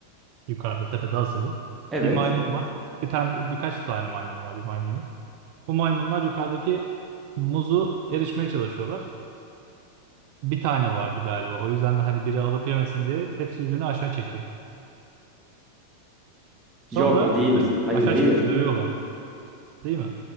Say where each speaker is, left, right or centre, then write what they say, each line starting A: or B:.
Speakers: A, on the right; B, on the right.
A: Yukarıda tepede asılı.
B: Evet.
A: Bir maymun var. Bir tane birkaç tane maymun var. Bir maymun yok. Bu maymunlar yukarıdaki muzu erişmeye çalışıyorlar. Bir tane vardı galiba. O yüzden de hani biri alıp yemesin diye hepsi birbirini aşağı çekiyor. Sonra
B: Yok o değil. Hayır
A: aşağı
B: hayır.
A: çekip dövüyorlar. Değil mi?